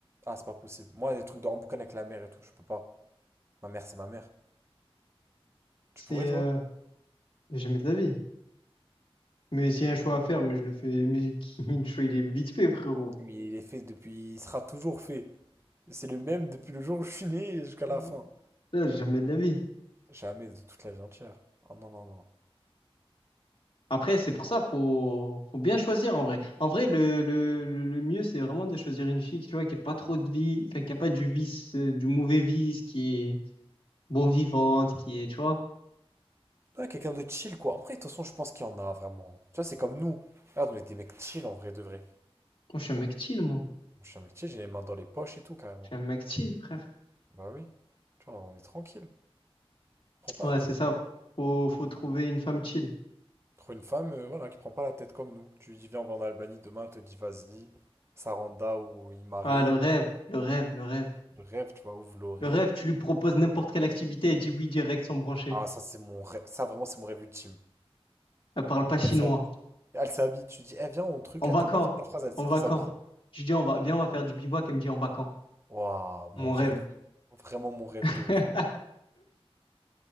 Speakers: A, on the right; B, on the left.
A: Ah, c'est pas possible. Moi, les trucs de en boucan avec la mère et tout, je peux pas. Ma mère, c'est ma mère.
B: C'est
A: Tu pourrais, toi?
B: euh, jamais de la vie. Mais s'il y a un choix à faire, mais je le fais, mais qui- <laughs> le choix, il est vite fait, frérot.
A: Mais il est fait depuis. Il sera toujours fait. C'est le même depuis le jour où je suis né et jusqu'à la
B: Mhm.
A: fin.
B: Là, jamais de la vie.
A: Jamais de toute la vie entière. Oh non, non, non.
B: Après, c'est pour ça, faut, faut bien choisir en vrai. En vrai, le, le, le, le mieux, c'est vraiment de choisir une fille, tu vois, qui n'a pas trop de vie, enfin, qui n'a pas du vice, euh, du mauvais vice, qui est bon vivante, qui est, tu vois.
A: Ouais, quelqu'un de chill, quoi. Après, de toute façon, je pense qu'il y en a vraiment. Tu vois, c'est comme nous. Regarde, on est des mecs chill en vrai de vrai.
B: Moi, je suis un mec chill, moi.
A: Moi, je suis un mec chill, j'ai les mains dans les poches et tout, carrément.
B: Je suis un mec chill, frère.
A: Bah oui. Tu vois, on est tranquille. Prends pas
B: Ouais,
A: la tête.
B: c'est ça. Faut, faut trouver une femme chill.
A: Trouve une femme, euh, voilà, qui prend pas la tête comme nous. Tu lui dis, viens, on va en Albanie demain, elle te dit, vas-y. Saranda ou Imare.
B: Ah, le rêve, le rêve, le rêve.
A: Le rêve, tu vois, ou Vloré.
B: Le rêve, tu lui proposes n'importe quelle activité, elle dit oui direct sans brancher.
A: Ah, ça, c'est mon rêve. Ça, vraiment, c'est mon rêve ultime.
B: Elle parle pas chinois.
A: Elle s'habille Elle s'habille, tu dis, eh viens au truc,
B: On
A: elle
B: va
A: t'a
B: quand?
A: pas fait ta phrase, elle est
B: On
A: en
B: va
A: train de s'habiller.
B: quand? Je lui dis on va, viens, on va faire du bivouac. Elle me dit on va quand?
A: Waouh,
B: Mon
A: mon rêve.
B: rêve.
A: Vraiment mon rêve
B: <laughs>
A: de ouf.